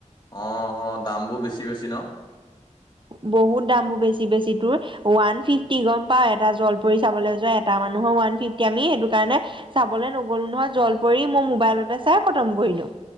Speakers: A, on the left (about 35°); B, on the right (about 40°).
A: অ' অহ, দামবোৰ বেছি বেছি ন?
B: বহুত দামবোৰ বেছি বেছি তোৰ। ওৱান ফিফটি, গম পাৱ? এটা জলপৰী চাবলে যোৱা এটা মানুহৰ ওৱান ফিফটি। আমি সেইটো কাৰণে চাবলে নগ'লো নহয় জল পৰি মই মোবাইলতে চাই খতম কৰিলোঁ।